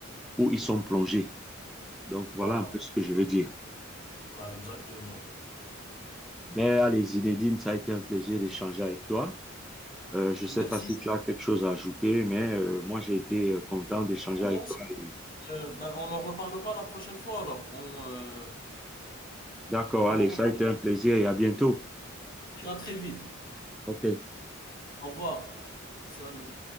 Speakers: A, in the centre; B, on the left.
A: où ils sont plongés. Donc voilà
B: Voilà,
A: un peu ce que je veux dire.
B: voilà, exactement.
A: Ben, allez, Zinedine, ça a été un plaisir d'échanger avec toi. Euh, je ne
B: Merci.
A: sais pas si tu as quelque chose à ajouter, mais euh, moi, j'ai été euh, content d'échanger
B: Sinon,
A: avec
B: non, c'est,
A: toi. et-
B: euh, ben, on en reparlera la prochaine fois alors. On, euh,
A: D'accord,
B: on
A: allez,
B: en reparlera.
A: ça a été
B: avec
A: un plaisir et à bientôt.
B: plaisir. À très vite.
A: OK.
B: Au revoir. Salut.